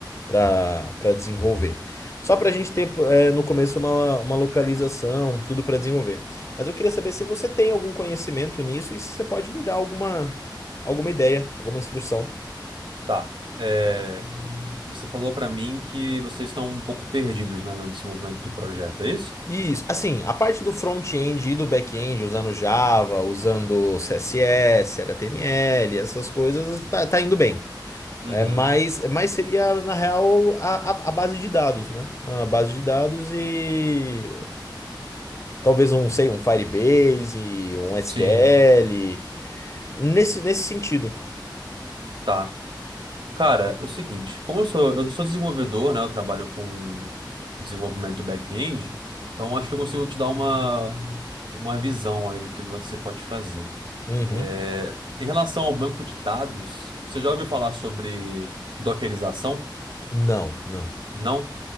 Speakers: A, on the left (about 40°); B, on the right (about 75°).
A: para para desenvolver. Só para a gente ter é, no começo uma, uma localização, tudo para desenvolver. Mas eu queria saber se você tem algum conhecimento nisso e se você pode me dar alguma, alguma ideia, alguma instrução.
B: Tá. É, você falou pra mim que vocês estão um pouco perdidos, né, no desenvolvimento do projeto, é isso?
A: Isso, assim, a parte do front-end e do back-end, usando Java, usando CSS, HTML, essas coisas, tá, tá indo bem.
B: Uhum.
A: É, mas, mas seria, na real, a, a, a base de dados, né? A base de dados e talvez um, sei, um Firebase, um SQL,
B: Sim.
A: nesse, nesse sentido.
B: Tá. Cara, é o seguinte, como eu sou, eu sou desenvolvedor, né? Eu trabalho com desenvolvimento do back-end, então acho que eu consigo te dar uma, uma visão aí do que você pode fazer.
A: Uhum.
B: É, em relação ao banco de dados, você já ouviu falar sobre dockerização?
A: Não, não.
B: Não.